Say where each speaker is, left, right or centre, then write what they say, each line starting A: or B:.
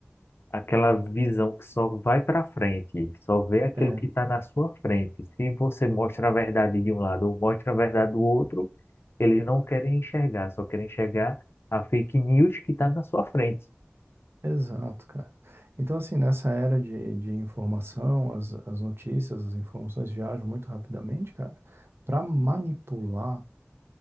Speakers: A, on the left (about 65°); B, on the right (about 65°).
A: aquela visão que só vai para frente, só vê aquilo
B: É,
A: que está na sua frente. Se você mostra a verdade de um lado ou mostra a verdade do outro, eles não querem enxergar, só querem enxergar a fake news que está na sua frente.
B: Exato, cara. Então, assim, nessa era de, de informação, as, as notícias, as informações viajam muito rapidamente, cara. Para manipular,